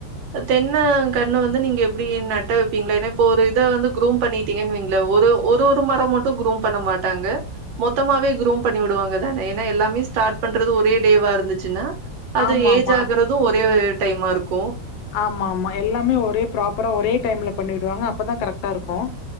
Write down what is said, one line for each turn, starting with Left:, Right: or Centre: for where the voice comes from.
Right: தென்ன கண்ணு வந்து நீங்க எப்டி நட்டு வெப்பீங்க ஏன்னா இப்போ ஒரு இத வந்து க்ரூம் பண்ணிட்டீங்கனு வைங்களே ஒரு ஒரு ஒரு மரோ மட்டும் க்ரூம் பண்ண மாட்டாங்க மொத்தமாவே க்ரூம் பண்ணி விடுவாங்கதானே ஏன்னா எல்லாமே ஸ்டார்ட் பண்றது ஒரே டேவா இருந்துச்சுன்னா அது
Left: ஆமாமா.
Right: ஏஜ் ஆகறதும் ஒரே டைமா இருக் கூ
Left: ஆமா ஆமா எல்லாமே ஒரே ப்ராப்பரா ஒரே டைம்ல பண்ணி விடுவாங்க அப்பதா கரெக்ட்டா இருக்கும்